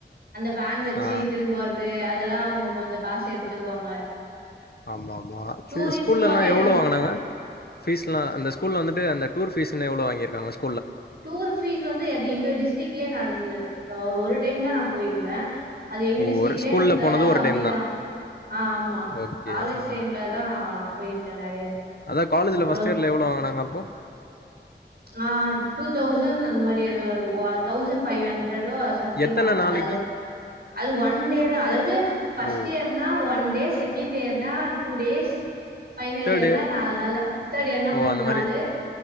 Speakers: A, on the right; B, on the left.
A: அந்த வேன் வச்சு
B: ஆ
A: இட்டுன்னு போறது அ துல அவுங்க கொஞ்ச காசு எடுத்துக்குவாங்க
B: ஆமா ஆமா சேரி
A: டூரிஸ்ட்டு
B: ஸ்கூல்ல எல்லா
A: அரே
B: எவ்ளோ
A: அந்
B: வாங்கனாங்க ஃபீஸ்லா அந்த ஸ்கூல்ல வந்துட்டு அந்த டூர் ஃபீஸுன்னு எவ்ளோ வாங்கிருக்காங்க ஸ்
A: டூர் ஃபீஸ் வந்து அது எங்க டிஸ்ட்ரிக்லயே நடந்தது ஆ ஒரு டைம்தா நா போயிரு ந்தே அது எங்க
B: ஓ
A: டிஸ்ட்ரிக்லயே
B: ஒரு ஸ்கூல்ல
A: இருந்ததால
B: போனது ஒரு
A: கம்மிதா
B: டைம் தான்
A: ஆ ஆமா
B: ஓகே
A: காலேஜ்
B: ஆ
A: டைம்லதா போயிருக்கே நெறைய
B: அதா காலேஜ்ல
A: அப்புற
B: ஃபர்ஸ்ட் இயர்ல எவ்ளோ வாங்குனாங்க அப்போ
A: ஆ டூ தௌசண்ட் அந்த மாரி எதோ வா தௌசண்ட் ஃபைவ் ஹண்ட்ரடோ சம்திங்
B: எத்தன
A: வாங்குனாங்க
B: நாளைக்கு
A: அது அது ஒன் டேதா அதாவது ஃபஸ்ட்
B: ஓ
A: இயர்னா ஒன் டே செகண்ட் இயர்னா டூ டேஸ் ஃபைனல்
B: தேர்ட்
A: இயர்னா
B: இயர்
A: நாலு நாளு தேர்டு இயர்னா
B: ஓ
A: மூண்
B: அந்த
A: நாளு
B: மாரி